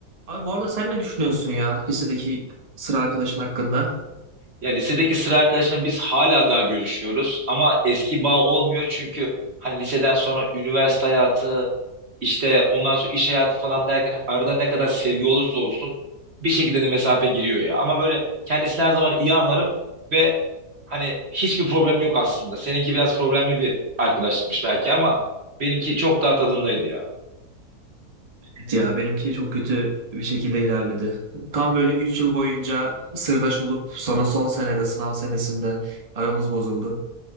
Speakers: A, on the right; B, on the right.
A: Abi bu arada sen ne düşünüyorsun ya lisedeki sıra arkadaşın hakkında?
B: Ya lisedeki sıra arkadaşla biz hala daha görüşüyoruz ama eski bağ olmuyor çünkü hani liseden sonra üniversite hayatı işte ondan sonra iş hayatı falan derken arada ne kadar sevgi olursa olsun bir şekilde de mesafe giriyor ya. Ama böyle kendisini her zaman iyi anlarım ve hani hiçbir problem yok aslında. Seninki biraz problemli bir arkadaşlıkmış belki ama benimki çok daha tadındaydı ya.
A: Evet ya benimki çok kötü bir şekilde ilerledi. Tam böyle 3 yıl boyunca sırdaş olup sonra son senede sınav senesinde aramız bozuldu.